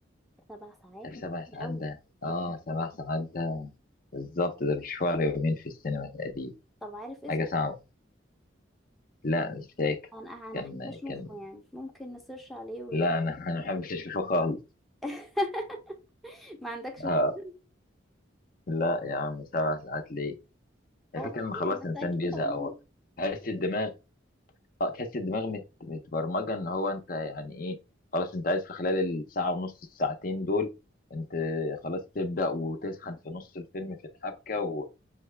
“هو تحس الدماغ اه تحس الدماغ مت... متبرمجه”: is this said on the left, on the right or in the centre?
Left